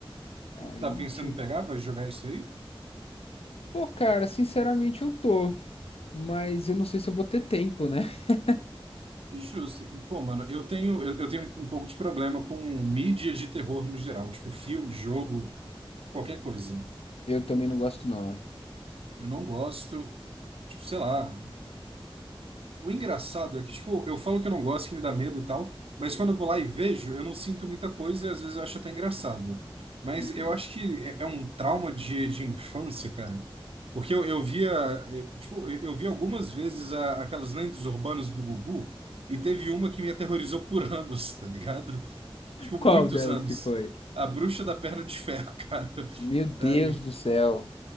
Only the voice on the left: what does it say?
Aí,
tipo,
pô, cara, sinceramente eu tô. Mas eu não sei se eu vou ter tempo, né? <laughs>
Eu também não gosto, não.
Uhum.
Qual delas
que foi?
Meu Deus
do céu.